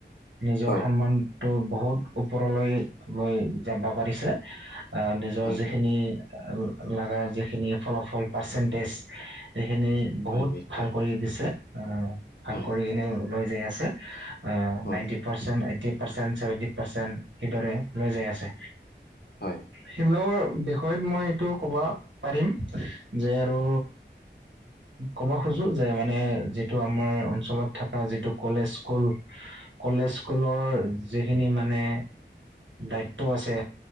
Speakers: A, on the right; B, on the left.
A: নিজৰ
B: হয়
A: সন্মানটো বহুত ওপৰলৈ লৈ যাব পাৰিছে, আহ নিজৰ
B: হয়
A: যিখিনি
B: হয়
A: লগা যিখিনি ফলাফল পাৰ্চন্টজ সেইখিনি বহুত
B: হয় নিশ্চয়
A: ভাল অ, ভাল
B: হয়
A: কৰি কিনে ওলাই যায় আছে
B: হয়
A: নাইনটি
B: হয়
A: percent eighty percent seventy percent সেইদৰে লৈ যাই আছে
B: হয়
A: সেইবিলাকৰ বিষয়ত মই এইটো ক'ব পাৰিম যে আৰু ক'ব খোজো যিটো মানে আমাৰ অঞ্চলত থাকা যিটো কলেজ স্কুল - কলেজ স্কুলত যিখিনি মানে দায়িত্ব আছে।